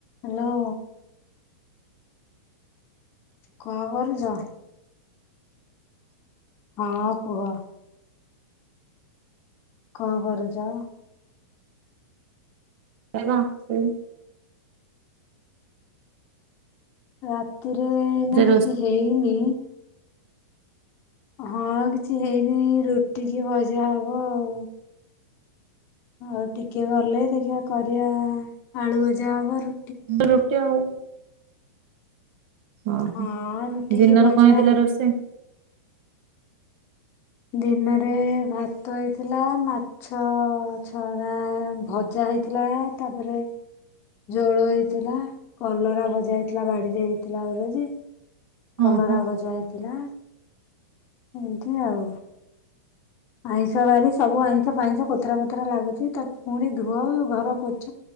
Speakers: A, on the left; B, on the right.
A: Hello. କଣ କରୁଚ? ହଁ କୁହ। କଣ କରୁଚ?
B: <unintelligible>
A: ରାତିରେ ଏ ନା
B: ସେଇ
A: କିଛି ହେଇନି। ହଁ କିଛି ହେଇନି ରୁଟି କିଏ ଭଜା ହବ ଆଉ। ଆଉ ଟିକେ ଗଲେ ଦେଖିବା କରିବା ଆଳୁ ଭଜା ହବ ଆଉ।
B: ତ ରୁଟି ଆଉ। ଓହୋ
A: ହଁ ରୁଟି
B: ଦିନରେ
A: କି ଭଜା।
B: କଣ ହେଇଥିଲା ରୋଷେଇ?
A: ଦିନରେ ଭାତ ହେଇଥିଲା ମା ଛ ଛଣା ଭଜା ହେଇଥିଲା ତାପରେ ଜୋଳ ହେଇଥିଲା କଲରା ଭଜା ହେଇଥିଲା ବାଡିରେ ହେଇଥିଲା ଓର ଯେ
B: ହଁ
A: କଲରା
B: ହଁ
A: ଭଜା ହେଇଥିଲା ଏମିତି ଆଉ। ଆଇଁଷ ବାରି ସବୁ ଆଇଁଷ ଫାଇଁଷ କୋତୋରା ମୋତରା ଲାଗୁଚି ତାକୁ ପୁଣି ଧୁଅ ଘର ପୋଛ